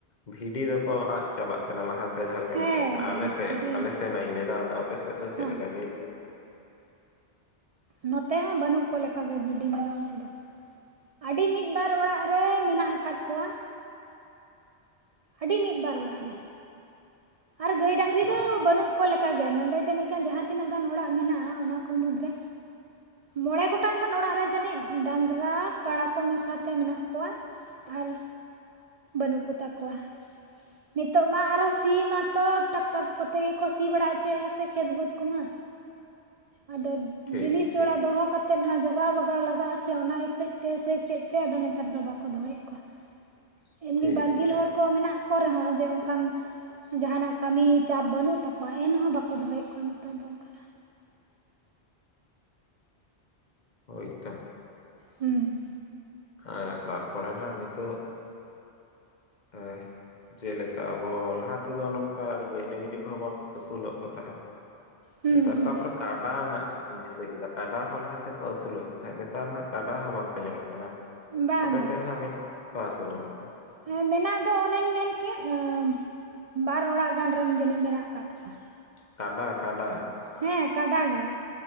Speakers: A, on the left (about 45°); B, on the right (about 65°).
A: ᱵᱷᱤᱰᱤ ᱫᱚᱠᱚ ᱟᱫ ᱪᱟᱵᱟᱜ ᱠᱟᱱᱟ ᱞᱟᱦᱟᱛᱮ ᱡᱟᱦᱟᱸ ᱞᱮᱠᱟ
B: ᱦᱮᱸ
A: ᱠᱚ ᱛᱟᱮᱡ ᱠᱟᱱᱟ, ᱟᱞᱮ ᱥᱮᱫ
B: ᱵᱷᱤᱰᱤ
A: ᱟᱞᱮ ᱥᱮᱱᱟᱜ ᱤᱧ ᱞᱟᱹᱭ ᱫᱟ, ᱟᱫᱚ ᱟᱯᱮ ᱥᱮᱫ ᱫᱚ ᱪᱮᱫ
B: ᱦᱮᱸ
A: ᱞᱮᱠᱟ ᱜᱟᱹᱭ ᱰᱟᱹᱝᱨᱤ? ᱠᱚ
B: ᱱᱚᱛᱮ ᱦᱚᱸ ᱵᱟᱹᱱᱩᱜ ᱠᱚ ᱞᱮᱠᱟ ᱜᱮ, ᱵᱷᱤᱰᱤ ᱢᱮᱨᱚᱢ ᱠᱚᱫᱚ᱾ ᱟᱹᱰᱤ ᱢᱤᱫ ᱵᱟᱨ ᱚᱲᱟᱜ ᱨᱮ, ᱢᱮᱱᱟᱜ ᱟᱠᱟᱫ ᱠᱚᱣᱟ᱾ ᱟᱹᱰᱤ ᱢᱤᱫ ᱵᱟᱨ ᱚᱲᱟᱜ ᱨᱮ᱾ ᱟᱨ ᱜᱟᱹᱭ ᱰᱟᱹᱝᱨᱤ
A: ᱦᱚᱸ
B: ᱫᱚ ᱵᱟᱹᱱᱩᱜ ᱠᱚ ᱞᱮᱠᱟᱜᱮ, ᱱᱚᱸᱰᱮ ᱡᱟᱹᱱᱤᱡ ᱠᱷᱟᱱ ᱡᱟᱦᱟᱸ ᱛᱤᱱᱟᱹᱜ ᱜᱟᱱ ᱚᱲᱟᱜ ᱢᱮᱱᱟᱜᱼᱟ ᱚᱱᱟ ᱠᱚ ᱢᱩᱫᱽᱨᱮ ᱢᱚᱬᱮ ᱜᱚᱴᱟᱱ ᱜᱟᱱ ᱚᱲᱟᱜ ᱨᱮ ᱡᱟᱹᱱᱤᱡ ᱰᱟᱝᱨᱟ, ᱠᱟᱲᱟ ᱠᱚ ᱢᱮᱥᱟᱛᱮ ᱢᱮᱱᱟᱜ ᱠᱚᱣᱟ ᱟᱨ ᱵᱟᱹᱱᱩᱜ ᱠᱚᱛᱟ ᱠᱚᱣᱟ, ᱱᱤᱛᱳᱜ ᱢᱟ ᱟᱨᱚ ᱥᱤᱢ ᱟ ᱛᱚ ᱴᱟᱠᱴᱟᱨ ᱠᱚᱛᱮ ᱜᱮᱠᱚ ᱥᱤ ᱵᱟᱲᱟ ᱪᱚᱭᱮᱫ ᱟᱥᱮ ᱠᱷᱮᱛ ᱵᱟᱹᱫᱽ ᱠᱚᱢᱟ, ᱟᱫᱚ
A: ᱴᱷᱤᱠ
B: ᱡᱤᱱᱤᱥ ᱪᱚᱲᱟ
A: ᱴᱷᱤᱠ
B: ᱫᱚᱦᱚ ᱠᱟᱛᱮᱫ ᱢᱟ ᱡᱚᱜᱟᱣ ᱵᱟᱜᱟᱣ ᱞᱟᱜᱟᱜ ᱟᱥᱮ, ᱚᱱᱟ ᱤᱠᱷᱟᱹᱡ ᱛᱮ ᱥᱮ ᱪᱮᱫ ᱛᱮ ᱟᱫᱚ ᱱᱮᱛᱟᱨ ᱫᱚ ᱵᱟᱠᱚ ᱫᱚᱦᱚᱭᱮᱫ ᱠᱚᱣᱟ᱾
A: <unintelligible>
B: ᱮᱢᱱᱤ
A: ᱴᱷᱤᱠ
B: ᱵᱟᱨᱜᱤᱞ
A: ᱴᱷᱤᱠ
B: ᱦᱚᱲ ᱠᱚ, ᱢᱮᱱᱟᱜ ᱠᱚ ᱨᱮᱦᱚᱸ ᱡᱮ ᱚᱱᱠᱟᱱ ᱡᱟᱦᱟᱸᱱᱟᱜ ᱠᱟᱹᱢᱤ ᱪᱟᱯ ᱵᱟᱹᱱᱩᱜ ᱛᱟᱠᱚᱣᱟ ᱮᱱᱦᱚᱸ ᱵᱟᱠᱚ ᱫᱚᱦᱚᱭᱮᱫ ᱠᱚᱣᱟ ᱱᱮᱛᱟᱨ ᱫᱚ ᱚᱱᱠᱟ᱾
A: ᱦᱳᱭᱛᱚ᱾
B: ᱦᱩᱸ᱾
A: ᱦᱮᱸ ᱛᱟᱨᱯᱚᱨᱮᱱ ᱦᱟᱸᱜ ᱱᱤᱛᱚᱜ ᱦᱮᱸ᱾ ᱡᱮᱞᱮᱠᱟ ᱟᱵᱚ ᱞᱟᱦᱟ ᱛᱮᱫᱚ ᱱᱚᱝᱠᱟ ᱜᱟᱹᱭ ᱰᱟᱹᱝᱨᱤ ᱠᱚᱦᱚᱸ ᱵᱚᱱ ᱟᱹᱥᱩᱞᱚᱜ ᱠᱚ ᱛᱟᱦᱮᱸᱫ᱾
B: ᱦᱩᱸ
A: ᱱᱮᱛᱟᱨ
B: ᱦᱩᱸ
A: ᱛᱟᱯᱚᱨᱮ ᱠᱟᱰᱟ ᱱᱟᱜ ᱫᱤᱥᱟᱹ ᱠᱮᱫᱟ ᱠᱟᱰᱟ ᱦᱚᱸ ᱞᱟᱦᱟ ᱛᱮᱠᱚ ᱟᱹᱥᱩᱞᱚᱜ ᱠᱟᱱ ᱛᱟᱦᱮᱸᱫ ᱱᱮᱛᱟᱨ ᱢᱟ ᱠᱟᱰᱟ ᱦᱚᱸ ᱵᱟᱝᱠᱚ ᱧᱮᱞᱚᱜ ᱠᱟᱱᱟ᱾
B: ᱵᱟᱝ
A: ᱟᱯᱮ ᱥᱮᱱ ᱦᱟᱸ ᱢᱤᱫ ᱠᱚᱣᱟ ᱥᱮ ᱵᱟᱹᱱᱩᱜ ᱠᱚᱣᱟ?
B: ᱦᱮᱸ ᱢᱮᱱᱟᱜ ᱫᱚ ᱚᱱᱮᱧ ᱢᱮᱱ ᱠᱮᱫ ᱟᱸ ᱵᱟᱨ ᱚᱲᱟᱜ ᱜᱟᱱ ᱨᱮᱱ ᱡᱟᱹᱱᱤᱡ ᱢᱮᱱᱟᱜ ᱟᱠᱟᱫ ᱠᱚᱣᱟ᱾
A: ᱠᱟᱰᱟ ᱠᱟᱰᱟ?
B: ᱦᱮᱸ ᱠᱟᱰᱟ ᱜᱮ᱾